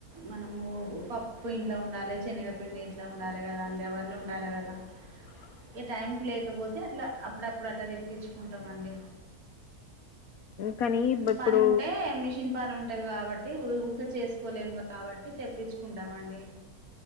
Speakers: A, on the right; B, on the left.
A: మనము పప్పు ఇంట్లో ఉండాలి శనగపిండి ఇంట్లో ఉండాలి కదా అండి అవన్నీ ఉండాలి కదా
B: <inaudible>
A: ఈ టైంకి లేకపోతే అట్లా అప్పుడప్పుడు అట్లా తెప్పించుకుంటమండి
B: కానీ ఇప్-
A: పని
B: ఇప్పుడు
A: ఉంటే మిషన్ పని ఉంటే ఉంటది కాబట్టి ఊక చేసుకోలేము కాబట్టి తెప్పించుకుంటామండి.